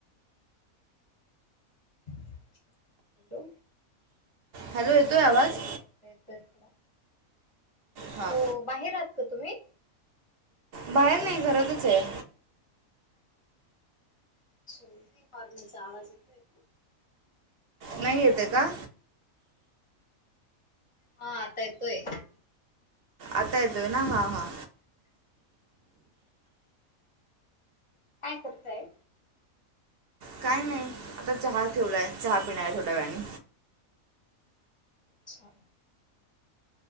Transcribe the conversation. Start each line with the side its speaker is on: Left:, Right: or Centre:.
Left: हॅलो.
Right: हॅलो येतोय
Left: हो
Right: आवाज
Left: आता येतोय थोडा.
Right: हा
Left: हो. बाहेर आहात का तुम्ही?
Right: बाहेर नाही. घरातच हाय.
Left: अच्छा नाही हॉर्नचा आवाज येतोय ना.
Right: नाही येताय का?
Left: हा. आता येतोय.
Right: आता येतोय ना हा हा
Left: काय करताय?
Right: काय नाही. आता चहा ठेवलाय चहा पिणार आहे थोड्या वेळाने.
Left: अच्छा.